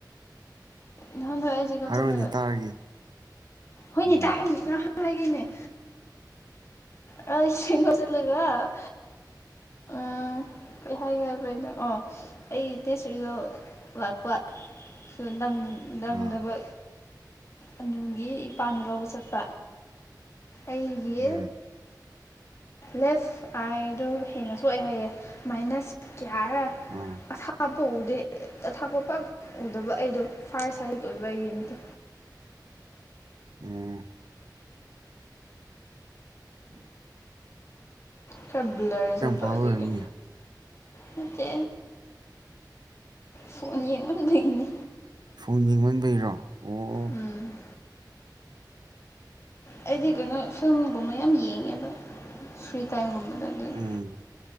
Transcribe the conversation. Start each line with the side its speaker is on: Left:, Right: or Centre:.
Left: ꯅꯍꯥꯟꯗ ꯑꯩꯁꯦ ꯀꯞꯆꯜꯂꯒ
Right: ꯍꯥꯏꯔꯣꯅꯦ ꯇꯥꯔꯒꯦ
Left: ꯍꯣꯏꯅꯦ
Right: ꯎꯝ
Left: ꯇꯥꯛꯅꯤ ꯉꯍꯥꯟ ꯍꯥꯏꯈꯤꯅꯦ ꯑ ꯃ ꯆꯠꯂꯒ
Right: <inaudible>
Left: ꯎꯝ ꯀꯩ ꯍꯥꯏꯈꯕꯦ ꯅꯣ ꯑꯣ ꯑꯩ ꯇꯦꯁꯔꯤꯗꯣ ꯂꯥꯛꯄ ꯁꯗꯥꯪ ꯅꯪꯗꯕ
Right: ꯑꯥ
Left: ꯑꯗꯨꯒꯤ ꯏꯄꯥꯅ ꯂꯧꯕ ꯆꯠꯄ ꯑꯩꯒꯤ
Right: ꯎꯝ
Left: ꯂꯦꯐ ꯑꯥꯏꯗꯣ ꯍꯦꯟꯅ ꯁꯣꯛꯑꯦ ꯍꯥꯏꯌꯦꯦꯨ ꯃꯥꯏꯅꯁ ꯀꯤꯌꯥꯔ
Right: ꯑꯥ
Left: ꯑꯁꯥ ꯄꯨꯗꯦ ꯑ ꯊꯥꯛꯄ ꯄꯥꯛ ꯎꯗꯕ ꯑꯩꯗꯣ ꯐꯔꯁ ꯍꯦꯜꯠ ꯑꯣꯏꯕ ꯌꯦꯟꯇ
Right: ꯎꯝ ꯎꯝ
Left: ꯈꯔ ꯕ꯭ꯂꯔ ꯆꯠꯄ
Right: ꯄꯥꯕ
Left: ꯑꯗꯨꯒꯤ
Right: ꯑꯣꯏꯔꯝꯅꯤ
Left: ꯅꯠꯇꯦ ꯐꯣꯟ ꯌꯦꯡꯃꯟꯕꯒꯤꯅꯤ
Right: ꯐꯣꯟ ꯌꯦꯡꯃꯟꯕꯩꯔꯣ ꯑꯣ
Left: ꯎꯝ ꯑꯩꯗꯤ ꯀꯩꯅꯣ ꯐꯤꯂꯝꯒꯨꯝꯕ ꯌꯥꯝ ꯌꯦꯡꯉꯦꯕ ꯐ꯭ꯔꯤ ꯇꯥꯏꯝꯒꯨꯝꯕꯗ ꯑꯗꯨꯅ
Right: ꯎꯝ